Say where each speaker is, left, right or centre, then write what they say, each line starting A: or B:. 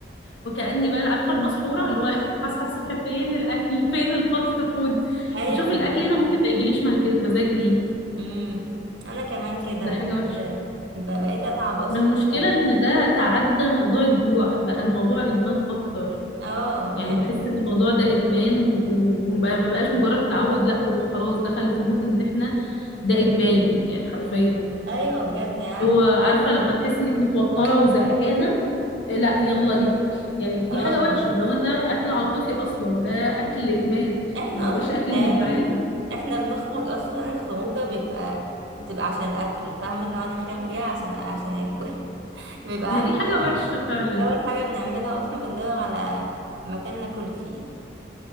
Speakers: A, on the left; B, on the right.
A: وكاني بقى عارفه المسحوره اللي هو <laughs> هصحى الصبح فين الاكل فين الفاست فود
B: ايوه
A: واشوف الاكل
B: بجد
A: هنا ممكن ما يجيليش مج- مزاج ليه
B: امم انا كمان كده
A: ده
B: بجد
A: حاجه وحشه
B: ب- بقيت اتعب اصلا
A: ما المشكله
B: طب
A: ان ده تعدى موضوع الجوع بقى الموضوع ادمان اكتر
B: اه
A: يعني
B: يعني
A: بحس ان الموضوع ده ادمان وما ما بقاش مجرد تعود لا هو خلاص دخل في مود ان احنا ده ادمان يعني حرفيا
B: ايوه بجد يعني أنا
A: هو
B: كنت-
A: عارفه لما تحس انك متوتره وزهقانه آه، لا يلا جيب اكل يعني دي
B: اه
A: حاجه وحشه ان هو ده اكل عاطفي اصلا ده
B: احنا
A: اكل ادمان
B: احنا
A: ما هوش
B: اصلا
A: اكل
B: تخيلي
A: انك جعانه
B: احنا بنخرج اصلا الخروجه بيبقى بتبقى عشان الاكل فاهمه اللي هو انا خارجه عشان عشان اكل <laughs> بيبقى
A: هي
B: اهم
A: دي حاجه
B: حاجه
A: وحشه
B: الأكل.
A: فعلا
B: اول حاجه بنعملها اصلا بندور على مكان ناكل فيه